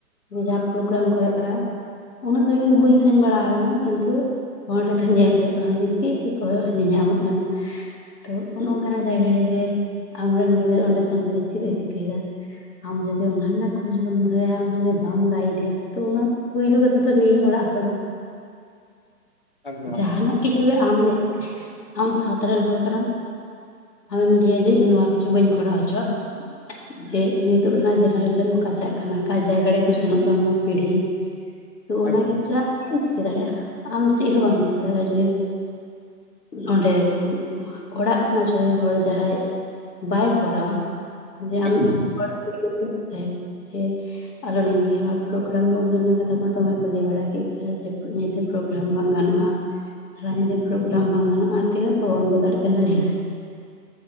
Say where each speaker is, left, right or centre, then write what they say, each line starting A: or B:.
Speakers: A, on the left; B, on the left.
A: ᱡᱟᱦᱟᱸ ᱯᱨᱳᱜᱨᱟᱢ ᱠᱚ ᱦᱳᱭᱳᱜ ᱠᱟᱱᱟ᱾ ᱩᱱᱟᱹᱜ ᱫᱚ ᱤᱧ ᱫᱚ ᱵᱟᱹᱧ ᱥᱮᱱ ᱵᱟᱲᱟ ᱠᱟᱱᱟ᱾ ᱠᱤᱱᱛᱩ ᱯᱷᱳᱱ ᱨᱮᱫᱚ ᱧᱮᱞ ᱦᱩᱭᱩᱜ ᱠᱟᱱᱟ, ᱡᱮ ᱪᱮᱫ ᱠᱚ ᱧᱮᱞ ᱧᱟᱢᱚᱜ ᱠᱟᱱᱟ᱾ ᱛᱳ ᱚᱱᱮ ᱚᱱᱠᱟᱱᱟᱜ ᱡᱟᱭᱜᱟ ᱨᱮᱜᱮ ᱡᱮ, ᱟᱢ ᱨᱮᱱ ᱜᱤᱫᱽᱨᱟᱹ ᱚᱸᱱᱰᱮ ᱥᱮᱱ ᱠᱟᱛᱮᱜ ᱪᱮᱫ ᱮ ᱪᱤᱠᱟᱹᱭᱮᱫᱟ᱾ ᱟᱢ ᱡᱚᱫᱤ ᱚᱱᱟ ᱠᱷᱚᱡᱽ ᱵᱟᱢ ᱫᱚᱦᱚᱭᱟ, ᱟᱢ ᱡᱩᱫᱤ ᱵᱟᱢ ᱜᱟᱭᱤᱰᱮᱭᱟ ᱛᱚ ᱚᱱᱟ ᱯᱳᱭᱞᱳ ᱠᱟᱛᱷᱟ ᱛᱚ ᱞᱟᱹᱭᱟᱹᱧ ᱚᱲᱟᱜ ᱦᱚᱲ,
B: ᱮᱠᱫᱚᱢ
A: ᱡᱟᱦᱟᱱᱟᱜ
B: ᱮᱠᱫᱚᱢ ᱟᱹᱵᱤᱱ
A: ᱠᱤᱪᱷᱩ ᱜᱮ ᱟᱢ ᱟᱢ ᱥᱟᱶᱛᱟ ᱨᱮᱱ ᱦᱚᱲ ᱠᱟᱱᱟᱢ, ᱟᱢᱮᱢ ᱞᱟᱹᱭᱟ ᱡᱮ ᱤᱧ ᱱᱚᱣᱟ ᱠᱤᱪᱷᱩ ᱵᱟᱹᱧ ᱠᱚᱨᱟᱣ ᱦᱚᱪᱚᱣᱟᱜᱼᱟ᱾ ᱡᱮ ᱱᱤᱛᱚᱜ ᱨᱮᱱᱟᱜ ᱡᱮᱱᱟᱨᱮᱥᱚᱱ ᱚᱠᱟ ᱪᱟᱜ ᱠᱟᱱᱟ᱾ ᱚᱠᱟ ᱡᱟᱭᱜᱟ ᱨᱮᱠᱚ ᱥᱮᱱᱚᱜ ᱠᱟᱱᱟ ᱱᱚᱣᱟ ᱯᱤᱲᱦᱤ᱾ ᱛᱚ ᱚᱱᱟ
B: ᱮᱠᱫᱚᱢ
A: ᱠᱷᱮᱛᱨᱮ ᱟᱢ ᱪᱮᱫ ᱮᱢ ᱪᱤᱠᱟᱹ ᱫᱟᱲᱮᱭᱟᱜᱼᱟ, ᱟᱢ ᱪᱮᱫ ᱦᱚᱸ ᱵᱟᱢ ᱪᱤᱠᱟᱹ ᱫᱟᱲᱮᱭᱟᱜᱼᱟ᱾ ᱡᱩᱫᱤ ᱱᱚᱸᱰᱮ ᱚᱲᱟᱜ ᱠᱷᱚᱱᱟᱜ <inaudible> ᱦᱚᱲ ᱡᱟᱦᱟᱸᱭ ᱵᱟᱭ ᱠᱚᱨᱟᱣᱟ᱾ ᱟᱢ
B: ᱮᱠᱫᱚᱢ
A: <unintelligible> ᱦᱚᱲ ᱟᱞᱚ ᱱᱤᱝᱠᱟᱹ ᱟᱢ, ᱟᱨ ᱯᱨᱳᱜᱨᱟᱢ ᱵᱚᱱᱫᱚ ᱨᱮᱱᱟᱜ ᱠᱟᱛᱷᱟ ᱢᱟ ᱫᱚᱢᱮ ᱠᱚ ᱞᱟᱹᱭ ᱵᱟᱲᱟ ᱠᱮᱫ ᱜᱮᱭᱟ᱾ ᱡᱮ ᱯᱨᱳᱜᱨᱟᱢ ᱵᱟᱝ ᱜᱟᱱᱚᱜᱼᱟ, ᱥᱟᱨᱟ ᱧᱤᱫᱟᱹ ᱯᱨᱳᱜᱨᱟᱢ ᱵᱟᱝ ᱜᱟᱱᱚᱜᱼᱟ᱾ ᱛᱤᱱᱟᱹᱜ ᱠᱚ ᱵᱚᱱᱫᱚ ᱫᱟᱲᱮᱭᱟᱜ ᱠᱟᱱᱟ ᱞᱟᱹᱭᱢᱮ᱾